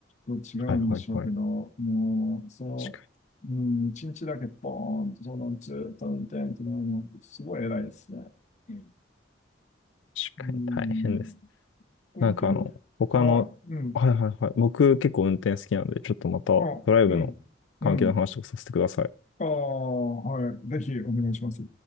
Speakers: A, on the left; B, on the left.
A: ょっと違うんでしょうけど、
B: はいはいはい。
A: もう、その、
B: 確かに、
A: うん、一日だけポーンと、その、ずっと運転ってなるの、すごい偉いですね。うん。
B: 確かに大変です。
A: うん本当にはい。
B: なんかあの、他の、
A: うん。
B: はいはいはい。僕結構運転好きなんで、ちょっとまたドライブの関係の話をさせてください。
A: あ、うん。うん。ああ、はい。ぜひお願いします。